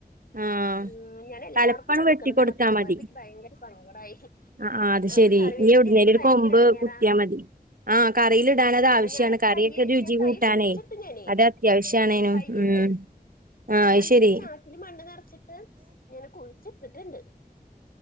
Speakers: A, on the right; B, on the left.
A: ആഹ്
B: ഉം ഞാൻ എല്ലാർക്കും
A: തലപ്പാണ്ട്
B: കൊടുക്കണതാണ്.
A: വെട്ടി കൊടുത്താ
B: പ്പൊ പോയപ്പോ
A: മതി
B: ക്ക് ഭയങ്കര സങ്കടായി.
A: ആഹ് ആഹ് അത്
B: അനക്ക്
A: ശെരി.
B: കറിവേപ്പില
A: നി എവിടുന്നേലൊരു
B: ഇല്ലെങ്കി ഭയങ്കര
A: കൊമ്പ്
B: എടങ്ങേറാ
A: കുത്തിയാ മതി. ആഹ് കറിയിലിടാനത്
B: ആഹ്
A: ആവശ്യാണ്.
B: ഞാൻ
A: കറിയൊക്കെ
B: തയ്യ്
A: രുചി
B: ഞാൻ തൈ
A: കൂട്ടാനേ
B: കുഴിച്ചിട്ട് ഞാന്
A: അത് അത്യാവശ്യ റ്റാണേനും
B: ആഹ് തയ്യ്ണ്ട്
A: ഉം ആഹ്
B: ഞാൻ
A: അത്
B: ന്നിട്ട്
A: ശെരി
B: ഒരു ചാക്കിൽ മണ്ണ് നെറച്ചിട്ട് ഇങ്ങനെ കുഴിച്ചിട്ട്ട്ട്ണ്ട്.